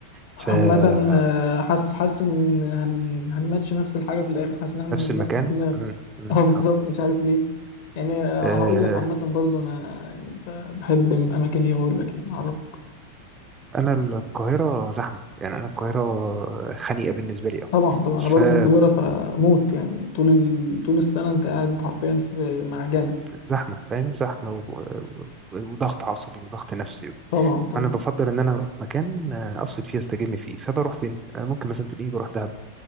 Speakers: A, on the right; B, on the left.
A: فنفس
B: عامة آه، حاسس حاسس ان هن هنماتش نفس الحاجة في الآخر حاسس ان احنا نفس
A: المكان
B: الدماغ
A: مم،
B: <laughs>
A: مم،
B: اه بالظبط مش عارف ليه يعني آه،
A: اه
B: هقول لك عامة برضو انا يعني ب- بحب اماكن ايه واقول لك يعني اعرفك
A: انا القاهره زحمه يعني انا القاهره خنيقه بالنسبه لي
B: طبعا طبعا انا برضو
A: اه
B: القاهرة فموت يعني طول ال... طول السنة انت قاعد حرفيا في معجنة
A: فزحمه فاهم زحمه و... و- وضغط عصبي وضغط نفسي
B: طبعا طبعا
A: فانا بفضل ان انا اروح مكان آه، افصل فيه استجم فيه فبروح فين آه، ممكن مثلا تلاقيني بروح دهب